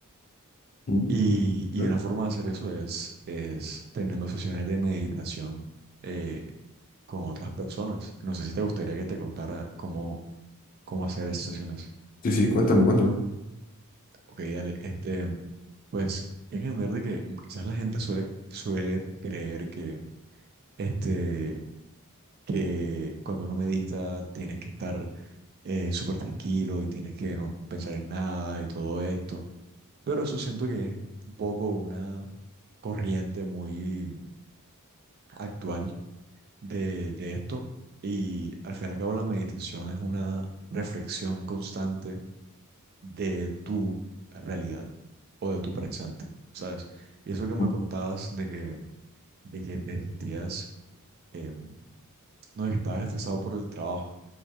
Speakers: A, on the left (about 40°); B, on the right (about 45°).
A: ujú,
B: Y, y
A: ¿vale?
B: una forma de hacer eso es, es teniendo sesiones de meditación eh, con otras personas. No sé si te gustaría que te contara cómo, cómo hacer esas sesiones.
A: Sí, sí, cuéntame, cuéntame.
B: Ok, dale. Este, pues hay que entender de que quizás la gente suele, suele creer que, este, que cuando uno medita tienes que estar eh, súper tranquilo y tienes que no pensar en nada y todo esto. Pero eso siento que es un poco una corriente muy actual de, de esto y al fin y al cabo la meditación es una reflexión constante de tu realidad o de tu presente, ¿sabes? Y eso que
A: Ujú,
B: me contabas de que, de que te sentías, em, no, de que estabas estresado por el trabajo,